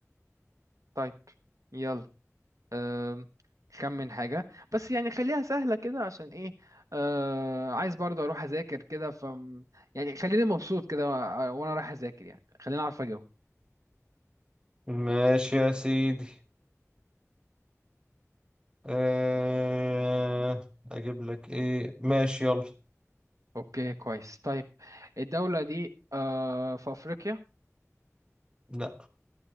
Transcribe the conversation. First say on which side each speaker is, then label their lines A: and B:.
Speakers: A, on the right; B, on the right.
A: طيب يلا أم، خمن حاجة بس يعني خليها سهلة كده عشان ايه آه عايز برضه اروح اذاكر كده ف يعني خليني مبسوط كده وأ- وانا رايح اذاكر يعني خليني اعرف اجاوب
B: ماشي يا سيدي أه... أجيب لك إيه ماشي يلا
A: اوكي كويس طيب الدولة دي آه في افريقيا
B: لا